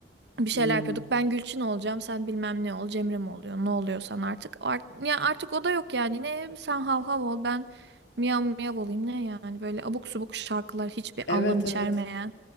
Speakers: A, on the right; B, on the left.
A: bir şeyler
B: Hmm.
A: yapıyorduk. Ben Gülçin olacağım, sen bilmem ne ol, Cemre mi oluyor, ne oluyorsan artık. Art ya artık o da yok yani. Ne sen hav hav ol, ben miyav miyav olayım ne yani. Böyle abuk subuk şarkılar, hiçbir
B: Evet
A: anlam içermeyen,
B: evet.